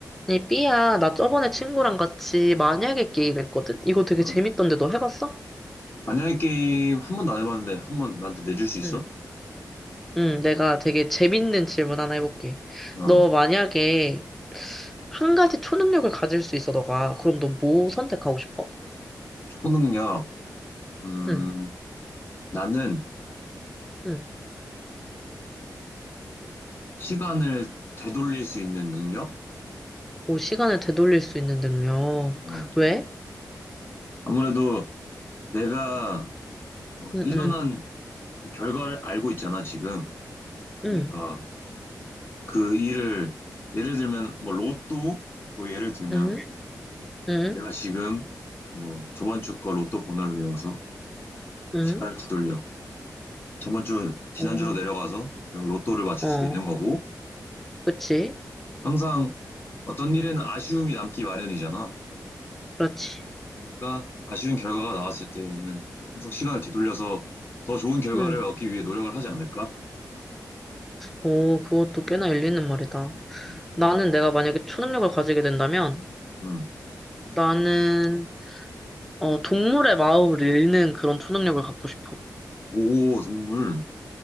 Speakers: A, in the centre; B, on the left.
A: 네, 삐야, 나 저번에 친구랑 같이 만약에 게임 했거든? 이거 되게
B: 어.
A: 재밌던데 너 해봤어?
B: 만약에 게임 한 번도 안 해봤는데 한 번 나한테 내줄 수 있어?
A: 응. 응, 내가 되게 재밌는 질문 하나 해볼게.
B: 어.
A: 너 만약에 한 가지 초능력을 가질 수 있어, 너가. 그럼 너 뭐 선택하고 싶어?
B: 초능력. 음,
A: 응,
B: 나는
A: 응.
B: 시간을 되돌릴 수 있는 능력?
A: 뭐 시간을 되돌릴 수 있는 능력.
B: 어.
A: 왜?
B: 아무래도 내가 어,
A: 응,
B: 일어난
A: 응,
B: 그 결과를 알고 있잖아, 지금. 그러니까
A: 응,
B: 그 일을 예를 들면 뭐 로또로 예를 들면
A: 응, 응,
B: 내가 지금 뭐 저번 주 거 로또 번호를 외워서
A: 응.
B: 시간을 되돌려. 저번 주 지난주로
A: 응.
B: 내려가서 내가 로또를 맞출
A: 어, 어,
B: 수도 있는 거고
A: 그치?
B: 항상 어떤 일에는 아쉬움이 남기 마련이잖아.
A: 그렇지.
B: 그러니까 아쉬운 결과가 나왔을 때는 항상 시간을 되돌려서 더 좋은 결과를
A: 응.
B: 얻기 위해 노력을 하지 않을까?
A: 오, 그것도 꽤나 일리는 말이다.
B: 음.
A: 나는 내가 만약에 초능력을 가지게 된다면
B: 음.
A: 나는 어, 동물의 마음을 읽는 그런 초능력을 갖고 싶어.
B: 오, 동물.